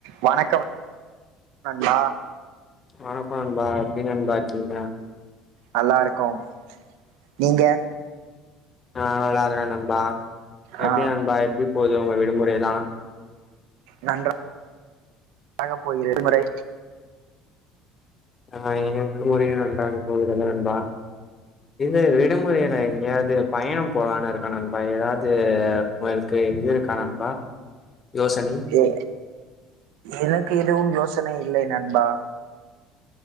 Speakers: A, on the right; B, on the left.
A: வணக்கம நா
B: வணக்கம் நண்பா எப்டி நண்பா இருக்கீங்க
A: நல்லாருக்கோம் நீங்க
B: அஹ் விளாருற நண்பா
A: ஆ
B: எப்டி நண்பா எப்டி போது உங்க விடுமுறைலா
A: நன்றாக போகிறது விடுமுறை
B: அஹ் எங்க விடுமுறைலா நன்றாக போகிறது நண்பா இது விடுமுறைல எங்கயாது பயணம் போலான்னு இருக்கோ நண்பா ஏதாது உங்களுக்கு இது இருக்கா நண்பா யோசனை
A: எ எனக்கு எதுவும் யோசனை இல்லை நண்பா